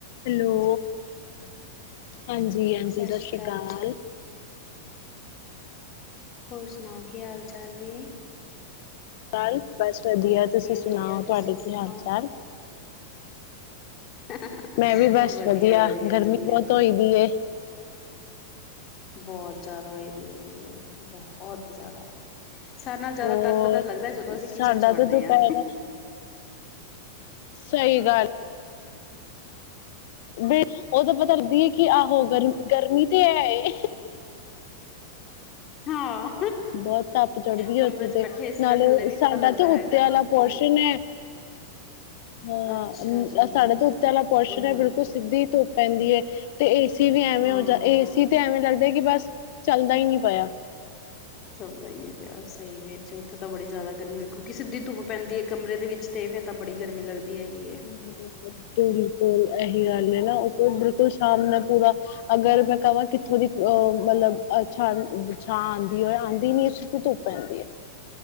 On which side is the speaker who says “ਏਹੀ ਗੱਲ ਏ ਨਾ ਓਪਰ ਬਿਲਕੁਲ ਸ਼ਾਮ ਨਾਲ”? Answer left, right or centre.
Left